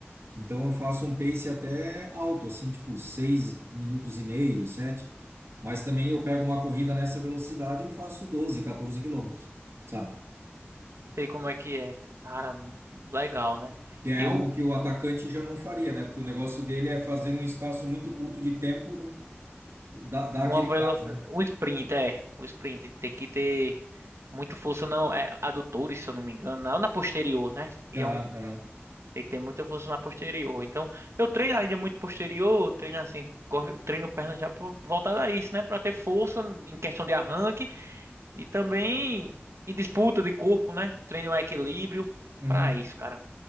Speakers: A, on the right (about 70°); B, on the right (about 80°).
A: Então eu faço um pace até alto, assim, tipo, seis minutos e meio, sete. Mas também eu pego uma corrida nessa velocidade, eu faço 12, 14 quilômetros. sabe?
B: sei como é que é. Cara, legal, né?
A: Que é
B: E
A: algo
B: o,
A: que o atacante já não faria, né? Porque o negócio dele é fazer num espaço muito curto de tempo um- dar, dar
B: uma
A: aquele
B: velocidade,
A: gás, né?
B: um sprint, é, o sprint tem que ter muito força, não, é, adutores, se eu não me engano, na, na posterior, né? Que
A: Aham,
B: é um,
A: aham.
B: Tem que ter muita força na posterior. Então, eu treino ainda muito posterior, treino assim, go- treino perna já por- voltada a isso, né? Pra ter força em questão de arranque e também em disputa de corpo, né? Treino um equilíbrio
A: Uhum.
B: pra isso, cara.